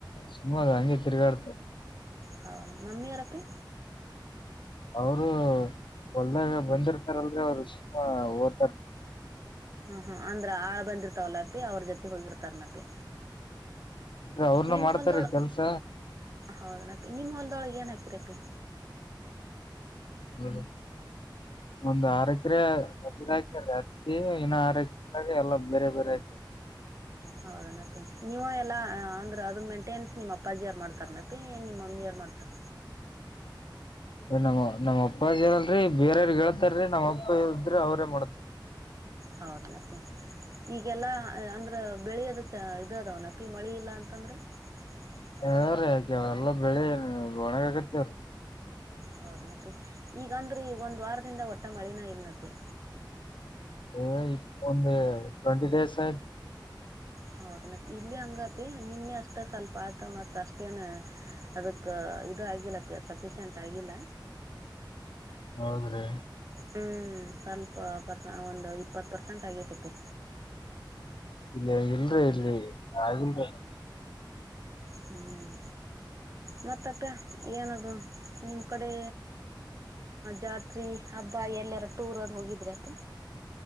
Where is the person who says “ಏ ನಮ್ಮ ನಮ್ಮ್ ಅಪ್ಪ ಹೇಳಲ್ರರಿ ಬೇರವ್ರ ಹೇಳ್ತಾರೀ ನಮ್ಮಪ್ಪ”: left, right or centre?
Left